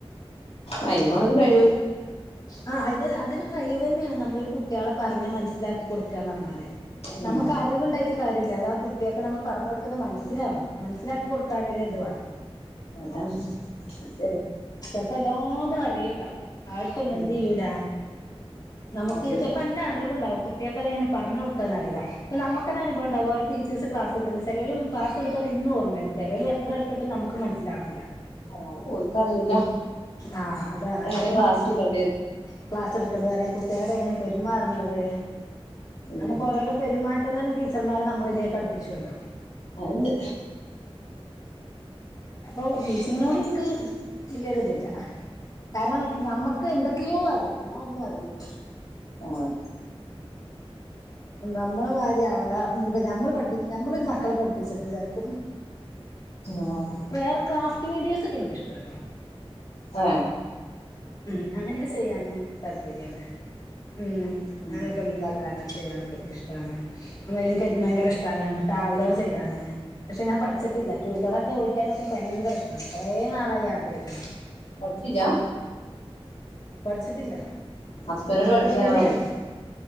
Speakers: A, on the left; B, on the left.
A: അയിനും വേണം ഒര് കഴിവ്
B: ആ അത് അതൊരു കഴിവ് തന്നെയാണ് നമ്മളൊരു കുട്ടികളെ പറഞ്ഞ് മനസ്സിലാക്ക- കൊടുക്കാന്നു പറഞ്ഞാലേ
A: ഉം
B: നമുക്ക് അറിവ് ഉണ്ടായിട്ട് കാര്യം ഇല്ല ഇല്ല അത് ആ കുട്ടികൾക്ക് നമ്മള് പറഞ്ഞ് കൊടു - മനസ്സിലാവണം മനസിലാക്കി കൊടുക്കൻ ഒരു ഇതു വേണം
A: അതാണ് ശരി
B: ചെലപ്പോ എല്ലാതും അറിയ- ഉഉണ്ടാവും ആ എന്ത്‌
A: ഉം
B: ചെയൂല നമുക്ക്
A: അറിയൂല
B: ചെലപ്പോ എല്ലാം അറിവുണ്ടാവും കുട്ടികൾക്ക്‌ അങ്ങനെ പറഞ്ഞ കൊടുക്കാൻ അറിയില്ല നമുക്ക്‌ തന്നെ അനുഭവം ഉണ്ടാവും ഓരോ ടീച്ചേർസ് ക്ലാസ്സ്‌ എടുക്കുന്നത് ചെലൊരു ക്ലാസ്സ്‌ എടുത്തത് ഇന്നും ഓർയ ഉണ്ട് ചെലര് എത്ര എടുത്തിട്ടും നമുക്ക് മനസിലാവണില്ല
A: അതാണ് ഓൾക്ക് അറിയൂല്ല
B: ആഹ് അതാണ്
A: എങ്ങനെ
B: ഇപ്പൊ
A: ക്ലാസ്ടുക്കണ്ടേ
B: ക്ലാസ് എടുക്കേണ്ടത് അറിയാം കു - അന്നേരം എങ്ങനെ പെരുമാറേണ്ടത്
A: ഉം
B: നമുക്ക് ഓരോരോ പെരുമാറ്റം മാറ്റം തന്നെ ടീച്ചർമാരെ നമ്മളിലേക്ക് അടുപ്പിച്ചുവല്ലോ
A: അതുണ്ട്
B: അപ്പൊ ടീച്ചിങ്ങിനോട് എനിക്ക് ഇല്ല ഒരത് ഇല്ല കാരണം നമ്മക് യ്യോഅറിം ഇന്ന ഒന്നും അറിയില്ല
A: ആഹ്
B: നമ്മള് മാതിരിയാവണം ഇഞ്പ്പൊ ഞമ്മള് പഠിപ്പിക്കും ഞമ്മളൊരു മക്കളെ പഠിപ്പിച്ചിട്ട് ചാര്ക്കും
A: ആഹ്
B: വേറെ ക്രാഫ്റ്റ് മ വീഡിയോസ് ഒക്കെ എനിക്ക് ഇഷ്ട കേട്ടോ
A: ആ
B: ഉ അങ്ങനെയൊക്കെ ചെയ്യാന് താല്പര്യാണ് ഉം
A: ഉം
B: അനക്കെന്താ ചെയ്യാനൊക്കെ എനിക്ക് ഇഷ്ടമാണ് അ എനിക്ക് ഭയങ്കര ഇഷ്ടമാണ് ട്രാവലർ ചെയ്യാന് പക്ഷെഞാൻ പഠിച്ചിട്ടില്ല ടു വീലറ ഒക്കെ ഭയങ്കര ഇഷ്ടാണ് കുറേ നാളായി ആഗ്രഹിച്ച
A: പഠിച്ചില്ല
B: പഠിച്ചിട്ടില്ല
A: ഹസ്ബൻഡോട് പഠിപ്പിച്ചുതരാ
B: പേടിയാണ്
A: പറയ്